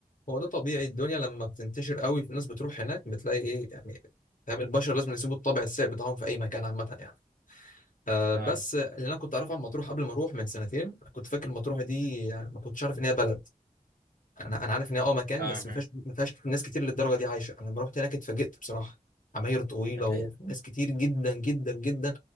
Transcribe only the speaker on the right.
اه
اه
آه.
بتلاقي